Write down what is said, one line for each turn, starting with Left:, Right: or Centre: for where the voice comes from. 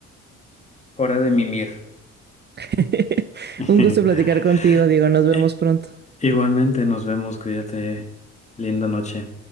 Left: Hora de mimir.
Right: <laughs>
Left: <laughs>
Right: Un gusto platicar contigo, Diego. Nos vemos
Left: Eh,
Right: pronto.
Left: Igualmente nos vemos, cuídate. Linda noche.